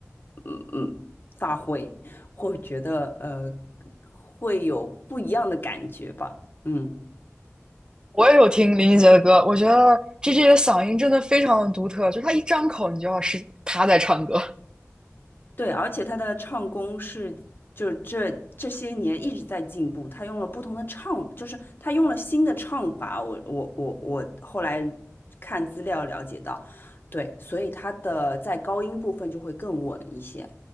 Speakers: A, on the left; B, on the right.
A: 嗯嗯，发挥，会觉得呃会有不一样的感觉吧，嗯。
B: 我也有听林俊杰的歌，我觉得 g j 的嗓音真的非常的独特，就是他一张口，你就要是他在唱歌。
A: 对，而且他的唱功是，就是这这些年一直在进步。他用了不同的唱，就是他用了新的唱法。我我我我后来看资料了解到，对，所以他的在高音部分就会更稳一些。